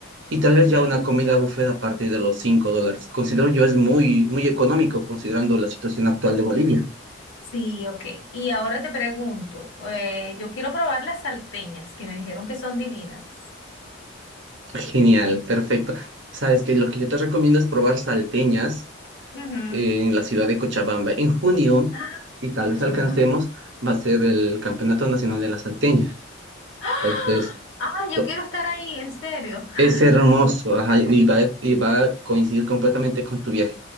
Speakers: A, on the right; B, on the left.
A: Y tal
B: Ok.
A: vez ya una comida buffet a partir de los cinco dólares. Considero yo es muy, muy económico considerando la situación actual de Bolivia.
B: Sí, ok. Y ahora te pregunto, eh, yo quiero probar las salteñas que me dijeron que son divinas.
A: Genial, perfecto. Sabes que lo que yo te recomiendo es probar salteñas
B: Ujú.
A: eh, en la ciudad de Cochabamba. En junio,
B: Ah,
A: y
B: en
A: tal
B: Cochabamba.
A: vez alcancemos, va a ser el Campeonato Nacional de la Salteña.
B: ¡Ah!
A: Entonces,
B: Ah, yo
A: to-
B: quiero estar ahí, en serio. <laughs>
A: es hermoso, ajá, y va, y va a coincidir completamente con tu viaje.